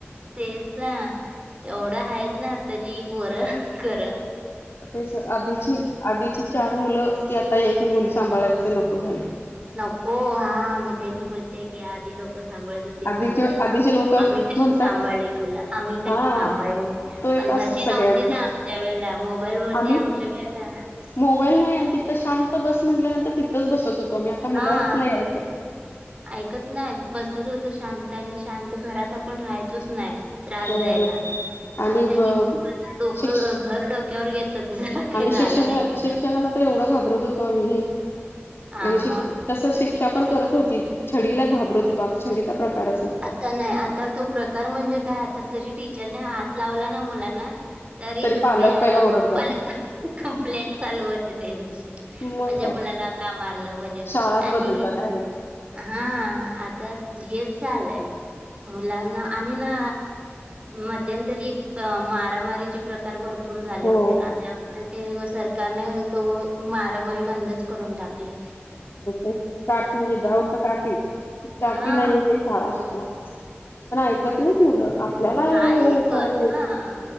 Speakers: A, on the right (about 25°); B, on the left (about 65°).
A: तेच ना एवढं आहेत ना आताची बर करत
B: तेच आधीची आधीची चार मुलं ती आता एक मुल सांभाळायच नको झाले
A: नको हा मी तेच बोलते की आधी लोक. सांभाळायचं ते
B: आधीचे
A: म्हणतात ना
B: आधीचे लोक
A: आम्ही कशी
B: म्हणतात
A: सांभाळले मुला आम्ही कशी
B: हा
A: सांभाळले.
B: तो एक
A: पण
B: असतो
A: तशी
B: सगळ्यांचा
A: नव्हती ना आमच्या वेळेला मोबाईल वरती
B: आम्ही
A: आमच्या वेला.
B: मोबाईल नाही आणि तिथं शांत बस म्हटल्यानंतर तिथंच बसत होतो आम्ही आता मुलाच
A: हा
B: नाही ऐकत.
A: ऐकत नाही बसत होत शांत आणि शांत घरात आपण राहायचोच नाही. त्रास
B: हो
A: द्यायला
B: आणि
A: आता
B: ब
A: हि डोकं
B: शिक्ष
A: घर डोक्यावर घेतात. काही
B: आणि
A: झालं
B: शिक्षक
A: नाही यांच्या
B: शिक्षकांना तर एवढं घाबरत होतो आम्ही
A: हा
B: आणि शिक्.
A: मग
B: तस शिक्षा पण करत होती छडीला घाबरत होतो आता छडीचा प्रकारच नाही.
A: आता नाही आता तो प्रकार म्हणजे काय आता जरी टीचरने हात लावला ना मुलांना तरी
B: पालक
A: प
B: पहिला ओरडतात
A: पालक कंप्लेंट चालू होते त्यांची
B: मग
A: माझ्या
B: काय
A: मुलाला का मारलं म्हजे
B: शाळाच
A: आणि
B: बदलतात डायरेक्ट
A: हा आता हे चाललंय मुलांना आणि ना मध्यंतरी मार मारामारीचे प्रकार भरपूर झाले
B: हो
A: होते ना त्यामूळ ते सरकारने तो मारामारी बंदच करून टाकले.
B: अ काठी विदाउट काठी काठी
A: हा
B: नाही ते शाळा शिकवा. पण ऐकत नाहीत मुलं आपल्याला
A: नाही
B: हे
A: ऐकत
B: करत नाही
A: हा